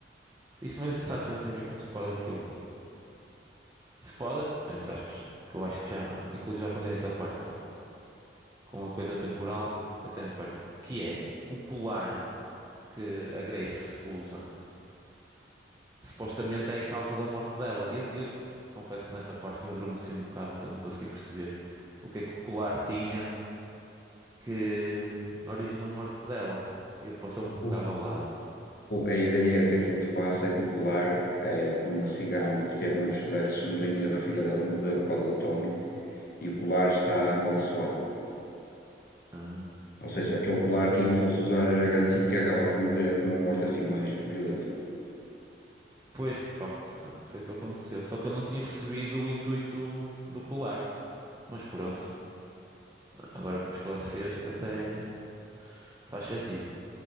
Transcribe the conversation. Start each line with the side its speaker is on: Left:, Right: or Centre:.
Right: isso mas isso já já tem a ver com o spoiler que eu vi. Spoiler, entre aspas, que eu acho que já, inclusive já passei essa parte, só. com a coisa temporal, eu até me perco. Que é o colar que a Grace usa. Supostamente é a causa da morte dela. Eu, eu confesso que nessa parte eu adormeci um bocado, então não consegui perceber o que é que o colar tinha que originou a morte dela. Eu passou-me
Left: O,
Right: um bocado
Left: o-
Right: ao lado.
Left: a ideia que aquilo te passa é que o colar é de uma cigana que teve uns stresses, se não tenho erro, a filha dela morreu por causa do Tommy e o colar está amaldiçoado.
Right: Ah,
Left: Ou seja, aquele colar, quem o fosse usar era garantido que ia acabar por morrer com uma morte assim mais violenta.
Right: pois que de facto ah, foi o que aconteceu. Só que eu não tinha percebido o intuito do colar. Mas pronto, agora que me esclareceste, até faz sentido.